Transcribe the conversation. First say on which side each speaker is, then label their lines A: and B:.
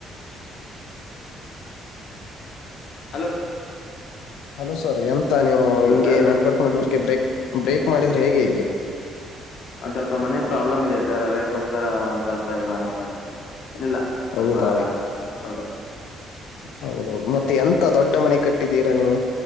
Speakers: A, on the left; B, on the left.
A: hello
B: hello sir ಎಂತ ನೀವು ಹಿಂಗೆ
A: sir
B: network network break break ಮಾಡಿದ್ರೆ ಹೇಗೆ?
A: ಅದ್ ಸ್ವಲ್ಪ ಮನೆ ಪ್ರಾಬ್ಲಮ್ ಇದೆ ಸರ್ ಅದಕ್ಕೆ ಅದಕ್ಕೋಸ್ಕರ ಒಂದ ಸ್ವಲ್ಪ ಇದು ಮಾಡಾಗುತ್ತೆ ಇನಿಲ್ಲ ಸ್ವಲ್ಪ
B: ಹೌದಾ
A: ಹೌದು
B: ಹೌದೌದು ಮತ್ತೆ ಎಂತ ದೊಡ್ಡ ಮನೆ ಕಟ್ಟಿದ್ದೀರಾ ನೀವು?